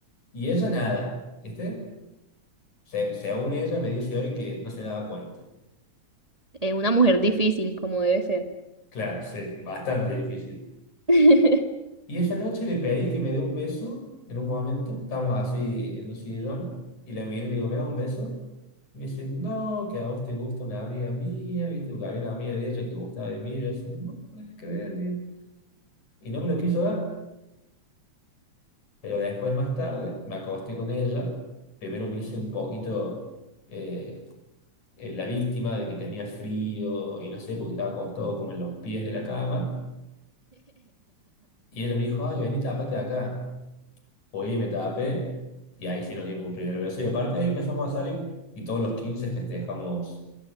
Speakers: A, on the left; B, on the right.
A: Y ella nada, ¿viste? Se, según ella me dice hoy que no se daba cuenta.
B: Eh, una mujer difícil, como debe ser.
A: Claro, sí, bastante difícil.
B: <laughs>
A: Y esa noche le pedí que me dé un beso en un momento, estábamos así en un sillón, y la miré y le digo, ¿me da un beso? Y me dice no, que a vos te gusta una amiga mía, ¿viste? Porque había una amiga de ella que gustaba de mí. Y yo decía, no, nada que ver. Y y no me lo quiso dar. Pero después, más tarde, me acosté con ella. Primero me hice un poquito eh, eh, la víctima de que tenía frío y no sé, porque estaba acostado como en los pies de la cama. Y ella me dijo, ay, vení, tapate acá. Oye, me tapé. Y ahí sí nos dimos un primer beso. Y aparte de ahí empezamos a salir y todos los 15 festejamos